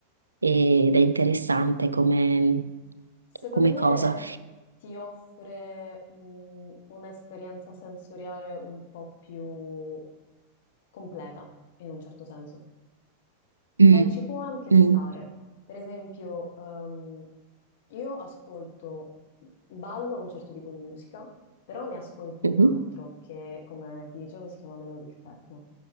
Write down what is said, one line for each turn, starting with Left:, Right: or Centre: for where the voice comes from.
Right: Ed è interessante come,
Left: Secondo
Right: come
Left: me
Right: cosa.
Left: ti offre mm, un'esperienza sensoriale un po' più completa, in un certo senso.
Right: Mm.
Left: Eh, ci può anche
Right: Mm.
Left: stare. Per esempio, ehm, io ascolto, ballo un certo tipo di musica, però ne ascolto
Right: Mhm.
Left: un altro che, come ti dicevo, si chiama Melodic Techno.